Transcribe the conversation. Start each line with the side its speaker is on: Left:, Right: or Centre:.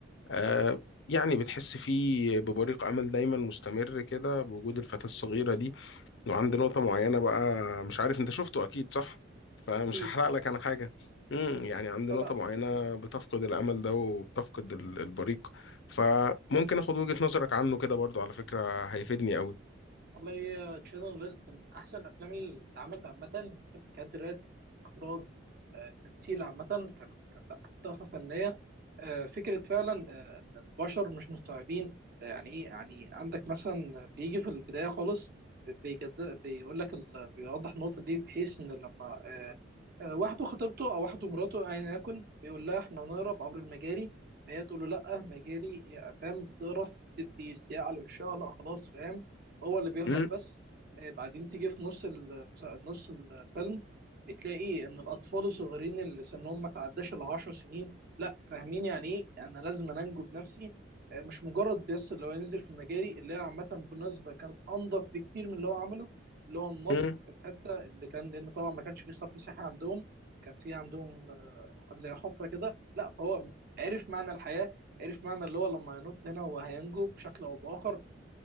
Left: آه يعني بتحس فيه ببريق أمل دايما مستمر كده بوجود الفتاة الصغيرة دي وعندي نقطة معينة بقى مش عارف انت شفته اكيد صح فمش
Right: أكيد
Left: هحرق لك انا حاجة امم يعني عندي
Right: فلا
Left: نقطة معينة بتفقد الامل ده وبتفقد ال- البريق فممكن اخد وجهة نظرك عنه كده برضو على فكرة هيفيدني قوي
Right: والله تشيلدرن ليست من احسن الافلام اللي اتعملت عامه كادرات اخراج آه، تمثيل عامه كان كان لا كانت تحفه فنيه آه، فكره فعلا آه، ان البشر مش مستوعبين آه، يعني ايه يعني عندك مثلا بيجي في البدايه خالص بيجد بيقول لك ال- بيوضح النقطه دي بحيث ان لما آه، آه، واحده خطيبته او واحده مراته ايا يكن بيقول لها احنا هنهرب عبر المجاري فهي تقول له لا مجاري يا- فاهم تقرف تدي استياء على وشها لا خلاص فاهم هو اللي بيهرب
Left: امم
Right: بس آه، بعدين تيجي في نص المسا- نص الفيلم بتلاقي ان الاطفال الصغيرين اللي سنهم ما تعداش ال 10 سنين لا فاهمين يعني ايه انا لازم أنا انجو بنفسي آه، مش مجرد بس اللي هو ينزل في مجاري اللي هي عامه بالمناسبه كانت انضف بكتير من اللي هو عمله اللي هو النط
Left: امم
Right: في الحته اللي كان لان طبعا ما كانش فيه صرف صحي عندهم كان في عندهم آه، زي حفره كده لا فهو عرف معنى الحياه عرف معنى اللي هو لما ينط هنا هو هينجو بشكل او باخر